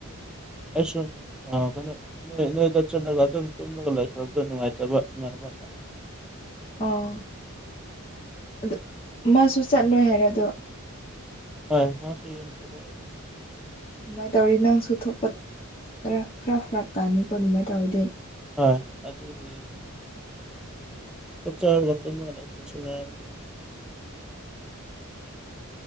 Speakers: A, in the centre; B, on the left.
A: ꯑꯩ ꯁꯨꯝ ꯀꯩꯅꯣ ꯅ ꯅꯣꯏꯗ ꯆꯠꯂꯒ ꯑꯗꯨꯝ ꯇꯨꯝꯂꯒ ꯂꯥꯏꯕꯗ ꯅꯨꯡꯉꯥꯏꯇꯕ <unintelligible>
B: ꯑꯣ ꯑꯗꯨ ꯃꯥꯁꯨ ꯆꯠꯂꯣꯏ ꯍꯥꯏꯔꯗꯣ
A: ꯍꯣꯏ ꯃꯥꯁꯨꯗ
B: ꯑꯗꯨꯃꯥꯏꯅ ꯇꯧꯔꯤ ꯅꯪꯁꯨ ꯊꯣꯛꯄ ꯈꯔ ꯈꯔ ꯐꯔꯛ ꯇꯥꯅꯤꯀꯣ ꯑꯗꯨꯃꯥꯏꯅ ꯇꯧꯔꯗꯤ
A: ꯍꯣꯏ ꯑꯗꯨꯗꯤꯅꯦ ꯆ ꯆ ꯇꯁꯤ <unintelligible>